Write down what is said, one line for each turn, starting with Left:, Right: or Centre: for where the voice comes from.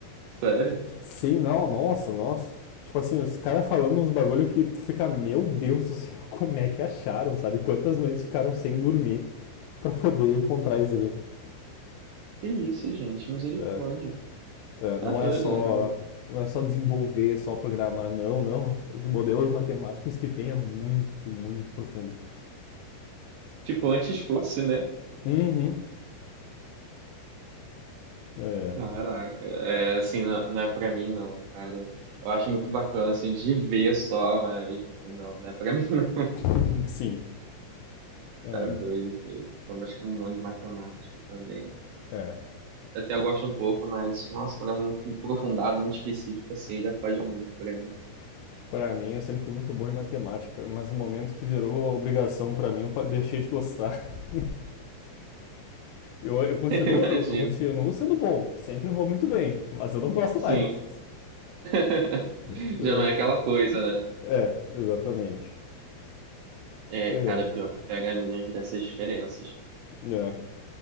Right: Sério?
Left: Sim, não, nossa, nossa. Tipo assim, os caras falando uns bagulho que tu fica, meu Deus do céu, <laughs> como é que acharam, sabe? Quantas noites ficaram sem dormir pra poder encontrar isso aqui.
Right: Que isso, gente? Misericórdia.
Left: É, é, não
Right: Tá doido.
Left: é só. Não é só desenvolver, só programar, não, não. Os modelos matemáticos que tem é muito, muito profundo.
Right: Tipo, antes fosse, né?
Left: Uhum. É.
Right: Caraca. É, assim, não, não é pra mim, não, cara. Eu acho muito bacana, assim, de ver só, mas não, não é pra <laughs> mim, não.
Left: <laughs> Sim. É.
Right: Tá doido, cara. Eu acho que um monte de matemática também.
Left: É.
Right: Eu até gosto um pouco, mas, nossa, quando é muito aprofundado, muito específico, assim, já foge muito pra mim.
Left: Pra mim, eu sempre fui muito bom em matemática, mas no momento que virou obrigação pra mim, eu deixei de gostar. <laughs> Eu, eu
Right: <laughs>
Left: continuo,
Right: Imagino.
Left: eu, eu continuo sendo bom, sempre vou muito bem, mas eu não gosto
Right: Sim.
Left: mais.
Right: <laughs>
Left: Então,
Right: Já não é aquela coisa, né?
Left: é, exatamente.
Right: É,
Left: É,
Right: cara, pior que pega milhões dessas diferenças.
Left: é,